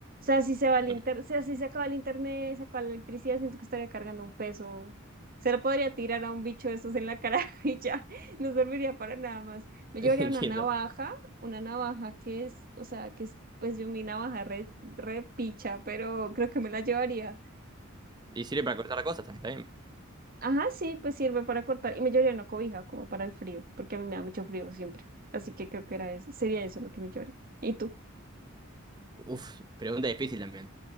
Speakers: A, on the right (about 45°); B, on the right (about 20°).
A: sea, si se va el
B: Bueno,
A: inter... o sea, si se acaba el internet, se acaba la electricidad, siento que estaría cargando un peso. Se lo podría tirar a un bicho de esos en la cara <laughs> y ya, no serviría para nada más. Me
B: <laughs>
A: llevaría
B: entiendo.
A: una navaja, una navaja que es, o sea, que es, pues yo mi navaja re, re picha, pero creo que me la llevaría.
B: Y sirve para cortar cosas también, está bien.
A: Ajá, sí, pues sirve para cortar. Y me llevaría una cobija como para el frío, porque a mí me da mucho frío siempre. Así que creo que era eso, sería eso lo que me llevaría. ¿Y tú?
B: Uf, pregunta difícil también.